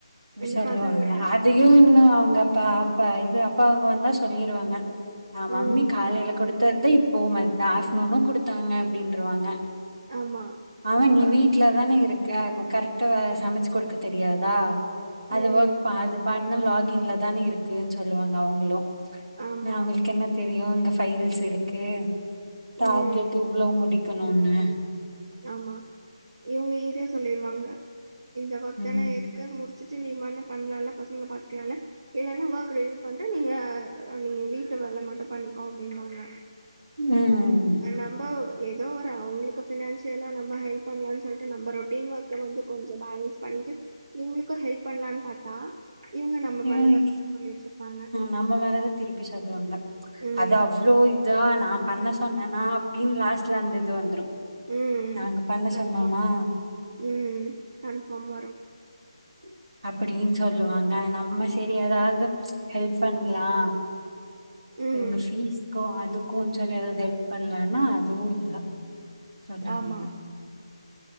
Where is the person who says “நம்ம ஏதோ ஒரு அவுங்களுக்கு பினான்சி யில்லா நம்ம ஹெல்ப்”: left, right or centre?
Right